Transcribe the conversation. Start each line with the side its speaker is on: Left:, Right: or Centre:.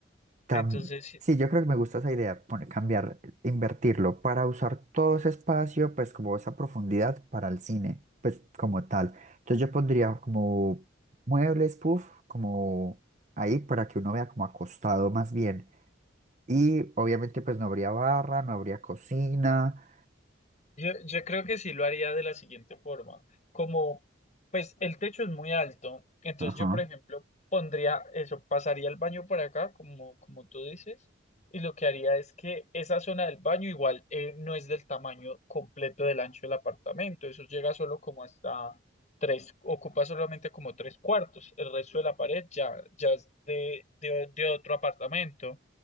Right: Tam-
Left: Entonces,
Right: sí, yo creo que me gusta esa idea, poner- cambiar, invertirlo para usar todo ese espacio, pues como esa profundidad para el cine, pues como tal. Entonces yo pondría como muebles, puff, como ahí para que uno vea como acostado más bien. Y obviamente pues no habría barra, no habría cocina,
Left: Yo, yo creo que sí lo haría de la siguiente forma. Como, pues el techo es muy alto, entonces
Right: ajá,
Left: yo, por ejemplo, pondría eso, pasaría el baño por acá, como, como tú dices, y lo que haría es que esa zona del baño igual eh, no es del tamaño completo del ancho del apartamento, eso llega solo como hasta tres, ocupa solamente como tres cuartos, el resto de la pared ya, ya es de, de de otro apartamento.